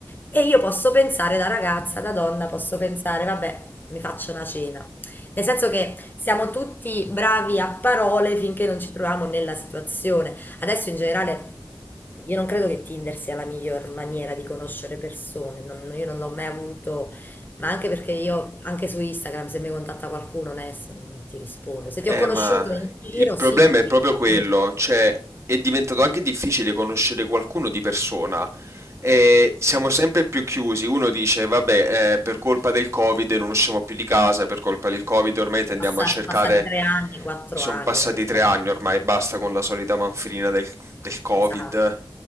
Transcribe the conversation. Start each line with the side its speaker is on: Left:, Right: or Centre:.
Left: E io posso pensare da ragazza, da donna, posso pensare, vabbè, mi faccio una cena. Nel senso che siamo tutti bravi a parole finché non ci troviamo nella situazione. Adesso in generale io non credo che Tinder sia la miglior maniera di conoscere persone, non- io non l'ho mai avuto, ma anche perché io anche su Instagram se mi contatta qualcuno Ness, non ti rispondo. Se ti
Right: Eh,
Left: ho conosciuto
Right: ma
Left: in giro,
Right: il problema
Left: sì,
Right: è
Left: ti
Right: proprio
Left: rispondo.
Right: quello, cioè è diventato anche difficile conoscere qualcuno di persona. E siamo sempre più chiusi. Uno dice, vabbè, eh, per colpa del Covid non usciamo più di casa, per colpa del Covid ormai tendiamo
Left: Passa-
Right: a cercare
Left: Sono passati tre anni, quattro
Right: sono
Left: anni,
Right: passati
Left: non è
Right: tre
Left: vero.
Right: anni ormai, basta con la solita manfrina del, del Covid.
Left: Esatto,